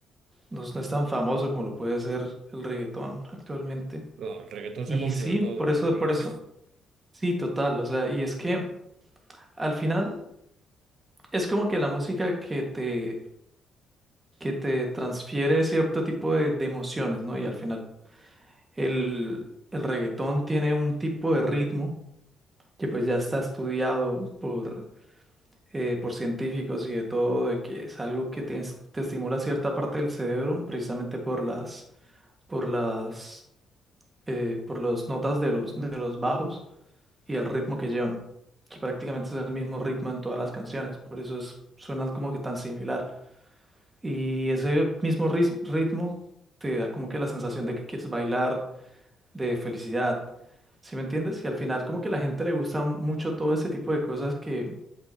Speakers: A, on the right (about 20°); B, on the right (about 70°).
A: no, es no es tan famoso como lo puede ser el reggaetón actualmente.
B: No, el reggaetón
A: Y
B: se ha comido
A: sí,
B: todo,
A: por eso,
B: es verdad.
A: por eso, sí, total. O sea, y es que al final es como que la música que te que te transfiere cierto tipo de, de emociones, ¿no? Y al final el, el reggaetón tiene un tipo de ritmo que pues ya está estudiado por, eh, por científicos y de todo, de que es algo que te, es- te estimula cierta parte del cerebro precisamente por las, por las, eh, por las notas de los, de los bajos y el ritmo que llevan, que prácticamente es el mismo ritmo en todas las canciones, por eso es, suenan como que tan similar. Y ese mismo ris- ritmo te da como que la sensación de que quieres bailar, de felicidad. ¿Sí me entiendes? Y al final como que a la gente le gusta mucho todo ese tipo de cosas que,